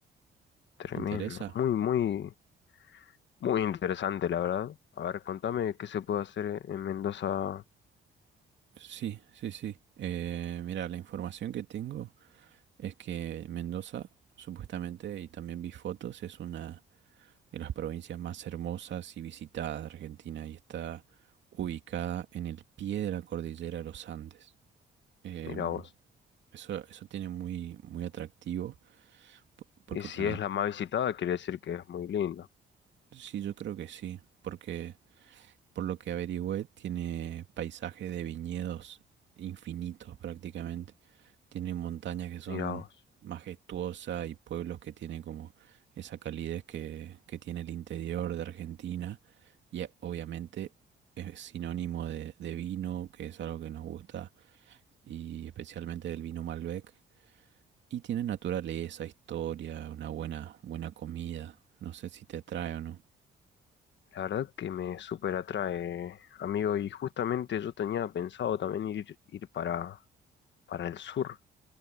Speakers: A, on the left (about 65°); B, on the right (about 65°).
A: Tremendo.
B: ¿Te interesa?
A: Muy, muy, muy interesante, la verdad. A ver, contame qué se puede hacer e-, en Mendoza.
B: Sí, sí, sí. Eh, mira, la información que tengo es que Mendoza, supuestamente, y también vi fotos, es una de las provincias más hermosas y visitadas de Argentina y está ubicada en el pie de la cordillera de los Andes. Em,
A: Mirá vos.
B: eso, eso tiene muy, muy atractivo po- porque
A: Y si
B: también,
A: es la más visitada, quiere decir que es muy linda.
B: sí, yo creo que sí, porque por lo que averigüé tiene paisaje de viñedos infinitos prácticamente. Tiene montañas que son
A: Mirá vos.
B: majestuosas y pueblos que tienen como esa calidez que, que tiene el interior de Argentina. Y eh, obviamente es sinónimo de, de vino, que es algo que nos gusta, y especialmente del vino Malbec. Y tiene naturaleza, historia, una buena, buena comida. No sé si te atrae o no.
A: La verdad que me súper atrae, amigo. Y justamente yo tenía pensado también ir, ir para, para el sur.